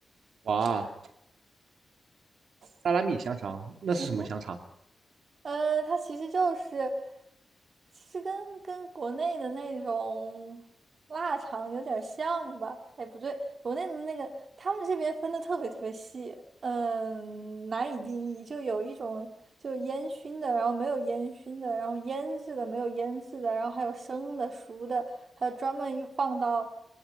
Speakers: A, on the right; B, on the right.
A: 哇，萨拉米香肠，那是什么香肠？
B: <laughs> 呃，它其实就是，其实跟跟国内的那种腊肠有点像吧？哎，不对，国内的那个他们这边分的特别特别细，嗯，难以定义。就有一种就烟熏的，然后没有烟熏的，然后腌制的没有腌制的，然后还有生的、熟的，还有专门又放到